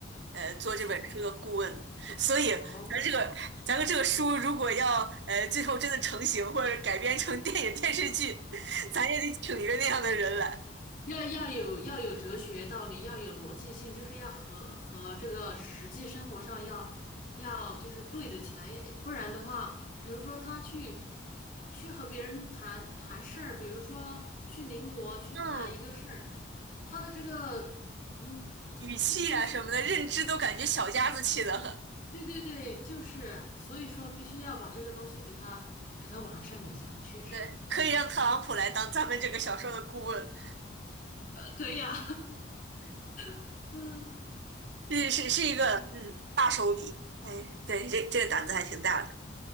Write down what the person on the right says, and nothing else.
呃，做这本书的顾问的所以咱这个咱们这个书如果要呃最后真的成型或者改编成电影电视剧，
咱也得请一个那样的人来。
嗯。
语气啊什么的，
认知都感觉小家子气得很。
对，可以让特朗普来当咱们这个小说的顾问，
是是是一个嗯大手笔。
哎，对，这这个胆子还挺大的。